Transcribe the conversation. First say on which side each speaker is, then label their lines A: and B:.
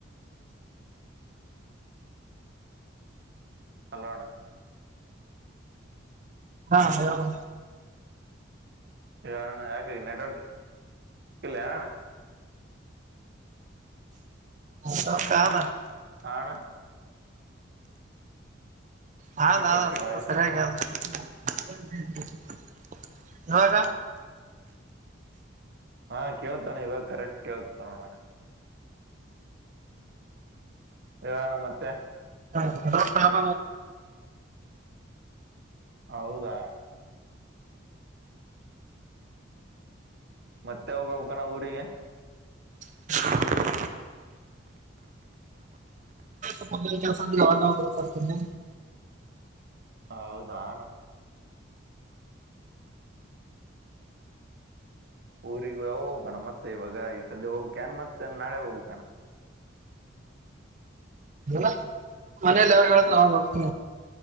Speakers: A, on the right (about 55°); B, on the right (about 40°).
A: ಹೆಲೋ ಅಣ್ಣ
B: ಹಾ ಹೇಳು ಅಣ್ಣ
A: ಹೇಳು ಅಣ್ಣ ಯಾಕ ನೆಟ್ವರ್ಕ್ ಇಲ್ಲ ಅಣ್ಣ
B: <unintelligible> ಆದ
A: ಹಾ ಅಣ್ಣ
B: ಹೌದೌ
A: ಯಾಕೆ ಕಟ್ ಕಟ್
B: ಸಲ್ಪ
A: ವಾಯ್ಸ್
B: ಸರಿಯಾಗಿ <unintelligible> ಇವಾಗ
A: ಹಾ ಕೇಳ್ತಾ ಅಣ್ಣ ಇವಾಗ ಕರೆಕ್ಟ್ ಕೇಳ್ತಾ ನೋಡು ಅಣ್ಣ ಹೇಳೋಣ ಮತ್ತೆ
B: ಹ ಪ್ರಾಭ
A: ಹೌದೆ ಮತ್ತೆ ಹೋಗ ಕಣ ಊರಿಗೆ
B: ಹ <inaudible> ಕೆಡ್ತನೆ
A: ಹೌದಾಣ ಊರಿಗ ಹೋಗ್ಕಣ ಮತ್ತೆ ಇವಾಗ ಈ ಸದ್ಯ ಹೋಗ್ಬೇಕಕನ್ ಮತ್ತೆ ನಾಳೆ ಹೋಗ್ಬೇಕಕಣ್ಣ
B: ಅಲ್ಲ ಮನೇಲಿ ಯಾವಾಗ ಹೇಳತ್ರಾಗರ್ತ